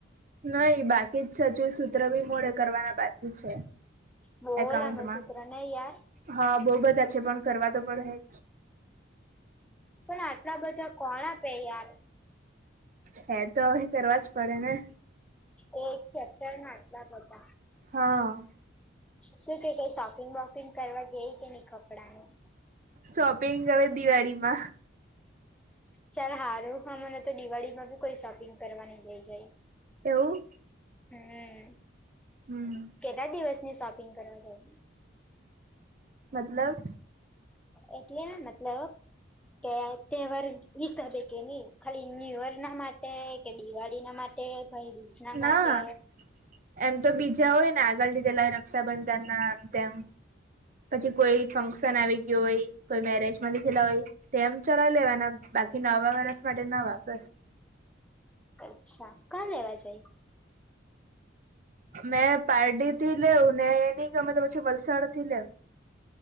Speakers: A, on the right (about 40°); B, in the centre.
A: નહીં બાકી જ છે હજુ સૂત્ર બી મોડે કરવાના બાકી છે.
B: બોવ
A: એકાઉન્ટમાં
B: લાંબા સૂત્ર, નહીં યાર?
A: હા બોવ બધા છે, પણ કરવા તો પડે હેજ.
B: પણ આટલા બધા કોણ આપે યાર?
A: છે તો હવે કરવા જ પડે ને.
B: એ એક ચેપ્ટર ના આટલા બધા.
A: હા.
B: શું કહે કંઈ શોપિંગ વોપિંગ કરવા ગઈ કે નહીં કપડાંની?
A: શોપિંગ હવે દિવાળીમાં.
B: ચલ હારું હો, મને તો દિવાળી માં બી કોઈ શોપિંગ કરવા ની લઇ જાય.
A: એવું?
B: હમ્મ.
A: હમ્મ.
B: કેટલા દિવસની શોપિંગ કરવા ગયેલી?
A: મતલબ?
B: એટલે મતલબ કે તહેવાર <unintelligible> ખાલી ન્યુ યરના માટે, કે દિવાળીના માટે કંઈ <unintelligible> માટે
A: ના એમ તો બીજા હોય ને આગળ લીધેલા રક્ષાબંધન ના આમ તેમ. પછી કોઈ ફંક્શન આવી ગયું હોય કોઈ મેરેજ માં લીધેલા હોય, તેમ ચલાવી લેવાના, બાકી નવા વરસ માટે નવા <unintelligible>
B: અચ્છા. કાં લેવા જાઈ?
A: મેં પારડી થી લેવ, ને એ ની ગમે તો પછી વલસાડ થી લેવ.